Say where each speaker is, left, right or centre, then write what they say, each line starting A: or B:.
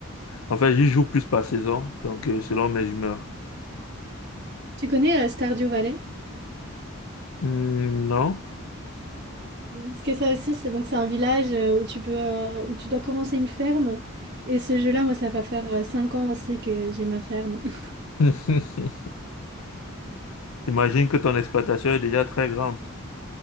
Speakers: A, on the left; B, on the right.
A: En fait, j'y joue plus par saison, donc euh, selon mes humeurs.
B: Tu connais euh, Stardew Valley?
A: Hmm, non?
B: Parce que ça aussi, c'est donc c'est un village euh, où tu peux, euh, où tu dois commencer une ferme. Et ce jeu-là, moi, ça va faire euh, cinq ans aussi que j'ai ma ferme. <laughs>
A: <laughs> Imagine que ton exploitation est déjà très grande.